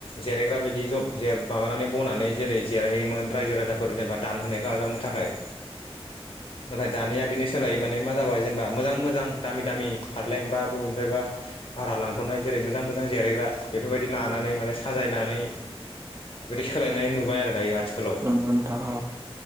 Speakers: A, on the left (about 55°); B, on the right (about 30°).
A: जिरायग्रा बिदि जब माबानानै बनानै जेरै जिरायोमोन रायजो राजाफोर जेनेबा दान होनायखौ आजावनो थाखाय नाथाय दानिया बेनि सोलाय माने मा जाबाय जेनेबा मोजां मोजां दामि दामि फारलें बा बबेनिफ्रायबा भारा लांथ'नाय जेरै रै मोजां मोजां जिरायग्रा बेफोरबायदि लानानै माने साजायनानै बेदि सोलायनाय नुबाय आरो दायो आथिखालाव
B: ओ नोंथां औ